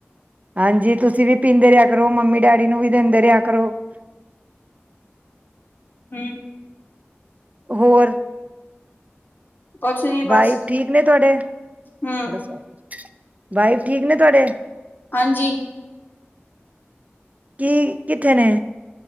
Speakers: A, on the right; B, on the left.
A: ਹਾਂਜੀ ਤੁਸੀਂ ਵੀ ਪੀਂਦੇ ਰਹਾ ਕਰੋ ਮੰਮੀ ਡੈਡੀ ਨੂੰ ਵੀ ਦਿੰਦੇ ਰਿਹਾ ਕਰੋ <inaudible>
B: ਹਮ
A: ਹੋਰ
B: ਕੁਛ ਨੀ ਬਸ
A: ਬਾਈ ਠੀਕ ਨੇ ਤੁਹਾਡੇ
B: ਹੂੰ
A: ਬੜਾ ਸ ਬਾਈ ਠੀਕ ਨੇ ਤੁਹਾਡੇ
B: ਹਾਂਜੀ
A: ਕੀ ਕਿੱਥੇ ਨੇ